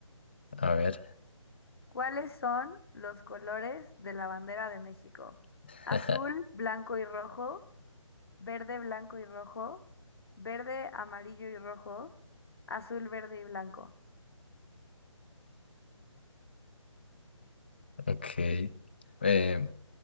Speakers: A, on the left; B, on the left.
A: A ver.
B: ¿Cuáles son los colores de la bandera de México?
A: <laughs>
B: Azul, blanco y rojo, verde, blanco y rojo, verde, amarillo y rojo, azul, verde y blanco.
A: Ok. Eh,